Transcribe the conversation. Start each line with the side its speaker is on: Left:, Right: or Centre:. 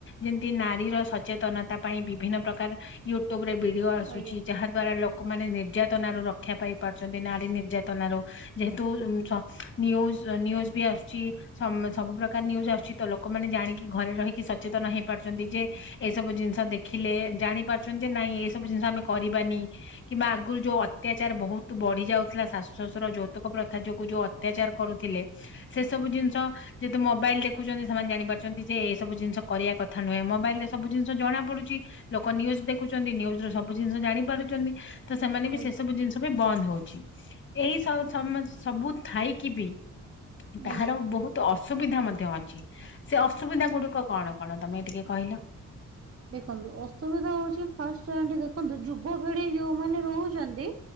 Left: ଯେମତି ନାରୀର ସଚେତନତା ପାଇଁ ବିଭିନ୍ନ ପ୍ରକାର ୟୁଟ୍ୟୁବରେ ଭି ଡ଼ିଓ ଆସୁଚି
Right: ଆଜ୍ଞା
Left: ଯାହା ଦ୍ଵାରା ଲୋକମାନେ ନିର୍ଯାତନରୁ ରକ୍ଷା ପାଇ ପାରୁଚନ୍ତି ନାରୀ ନିର୍ଯାତନାରୁ। ଯେହେତୁ ସ ନିୟୁଜ ନିୟୁଜ ବି ଆସୁଚି। ସମ ସବୁ ପ୍ରକାର ନିୟୁଜ ଆସୁଚି ତ ଲୋକମାନେ ଜାଣିକି ଘରେ ରହିକି ସଚେତନ ହେଇପାରୁଚନ୍ତି ଯେ ଏଇସବୁ ଜିନଷ ଦେଖିଲେ ଜାଣିପାରୁଚନ୍ତି ଯେ ନାଇଁ ଏସବୁ ଜିନଷ ଆମେ କରିବାନି। କିମ୍ବା ଆଗୁରୁ ଯୋଉ ଅତ୍ୟାଚାର ବୋହୁତ ବଢି ଯାଉଥିଲା ଶାଶୁ ଶାଶୁ ର ଯୌତୁକ ପ୍ରଥା ଯୋଗୁ ଯୋଉ ଅତ୍ୟାଚାର କରୁଥିଲେ ସେ ସବୁ ଜିନଷ ଯେହେତୁ ମୋବାଇଲ ଦେଖୁଚନ୍ତି ସେମାନେ ଜାଣିପାରୁଚନ୍ତି ଯେ ଏସବୁ ଜିନିଷ କରିବା କଥା ନୁହେଁ ମୋବାଇଲରେ ସବୁ ଜିନଷ ଜଣାପଡୁଚି ଲୋକ ନିୟୁଜ୍ ଦେଖୁଚନ୍ତି ନିୟୁଜରୁ ସବୁ ଜିନଷ ଜାଣିପାରୁଚନ୍ତି ତ ସେମାନେ
Right: ଆଜ୍ଞା
Left: ବି ସେସବୁ ଜିନଷ ବି ବନ୍ଦ ହୋଉଚି। ଏଇ ସ ସମ ସବୁ ଥାଇକି ବି ତାହାର
Right: ଆଜ୍ଞା।
Left: ବୋହୁ ତ ଅସୁବିଧା ମଧ୍ୟ ଅଛି ସେ ଅସୁବିଧା ଗୁଡିକ କଣ କଣ ତମେ ଟିକେ କହିଲ।
Right: ଦେଖନ୍ତୁ ଅସୁବିଧା ହୋଉଚି ଫାଷ୍ଟ ଆଣ୍ଟି ଦେଖନ୍ତୁ ଯୁବପିଢି ଯୋଉମାନେ ରହୁଚନ୍ତି